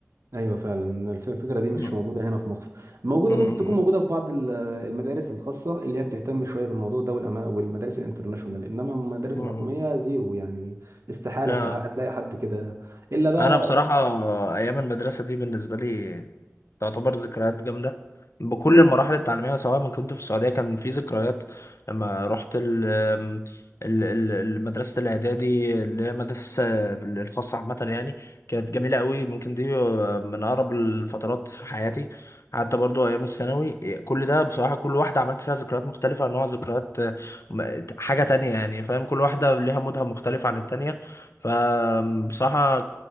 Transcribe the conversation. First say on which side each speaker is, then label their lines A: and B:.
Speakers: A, on the right; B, on the left.
A: ايوه فعلا الف- الفكره دي مش
B: مم.
A: موجوده هنا في مصر موجوده
B: مم.
A: ممكن تكون موجوده في بعض ال- المدارس الخاصه اللي هي بتهتم شويه بالموضوع ده والأما- والمدارس الانترناشونال انما المدارس
B: مم.
A: الحكوميه زيرو يعني استحاله
B: آه.
A: استحاله تلاقي حد كده الا بقى
B: انا بصراحة ايام المدرسة دي بالنسبة لي تعتبر ذكريات جامدة بكل المراحل التعليمية سواء ما كنت في السعودية كان في ذكريات لما رحت ال ال- ال- المدرسة الإعدادي اللي هي المدرسة الخاصة عامة يعني كانت جميلة قوي يمكن دي من أقرب الفترات في حياتي حتى برضو أيام الثانوي كل ده بصراحة كل واحدة عملت فيها ذكريات مختلفة نوع ذكريات م- حاجة تانية يعني فاهم كل واحدة ليها مودها مختلف عن التانية فبصراحة